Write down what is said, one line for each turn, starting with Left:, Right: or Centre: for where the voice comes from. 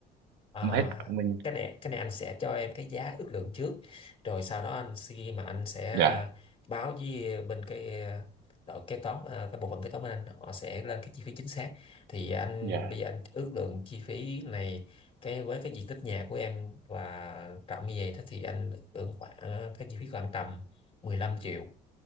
Left: À,
Right: Không hết khoảng bao nhiêu?
Left: cái này cái này anh sẽ cho em cái giá ước lượng trước rồi sau đó anh khi mà anh sẽ
Right: Dạ,
Left: ờ, báo với bên cái ờ, đội kế toán ờ, cái bộ phận kế toán bên anh họ sẽ lên cái chi phí chính xác thì anh
Right: dạ,
Left: bây giờ anh ước lượng chi phí này cái với cái diện tích nhà của em và rộng như vậy đó thì anh ước lượng khoảng ờ, cái chi phí khoảng tầm 15 triệu